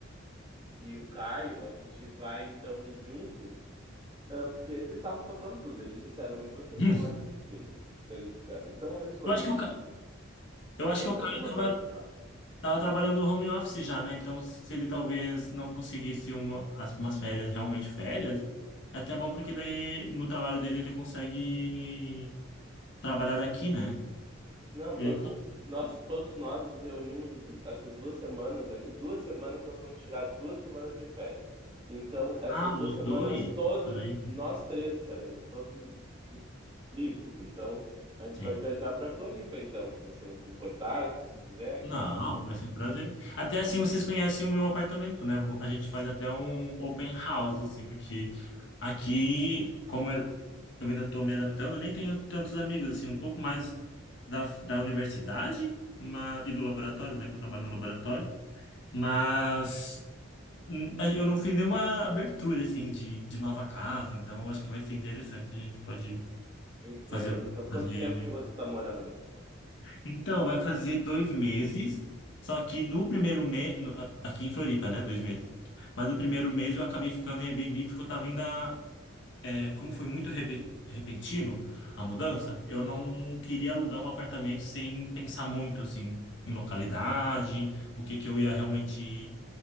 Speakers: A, on the right (about 25°); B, on the left (about 60°).
A: e o Caio, a gente vai então juntos. ah, porque eles estavam topando tudo. Eles disseram, você escolhe
B: Hum.
A: o destino. Eles disseram. Então eu escolhi
B: Eu acho que o, Ca- eu acho que o cara
A: fazer uma viagem
B: tava,
A: de carro.
B: tava trabalhando home office já, né? Então, se ele talvez não conseguisse uma, as- umas férias, realmente férias, é até bom porque daí no trabalho dele ele consegue trabalhar daqui, né?
A: Não,
B: Eu
A: todos
B: lembro quando...
A: nós, todos nós nos reunimos essas duas semanas. Daqui duas semanas nós vamos tirar duas semanas de férias. Então, essas
B: Ah,
A: duas
B: os
A: semanas,
B: dois
A: todos
B: também.
A: nós três estaremos, todos dis- livres. Então, a gente
B: Sim.
A: vai viajar para Floripa. Então, se você não se importar, se você quiser, a gente
B: Não,
A: pode ir.
B: vai ser um prazer. Até assim vocês conhecem o meu apartamento, né? A gente faz até um open house, assim, porque aqui, como eu eu ainda estou me adaptando, eu nem tenho tantos amigos, assim, um pouco mais da, da universidade ma- e do laboratório, né? Que eu trabalho no laboratório. Mas hum, a- eu não fiz nenhuma abertura, assim, de, de nova casa, então acho que vai ser interessante. A gente pode
A: Entendo.
B: fazer,
A: Faz quanto
B: fazer
A: tempo que você está morando?
B: Então, vai fazer dois meses, só que no primeiro mês, aqui em Floripa, né? Dois meses. Mas no primeiro mês eu acabei ficando em Airbnb porque eu tava ainda, é, como foi muito repe- repentino a mudança, eu não queria alugar um apartamento sem pensar muito, assim, em localidade, o que que eu ia realmente,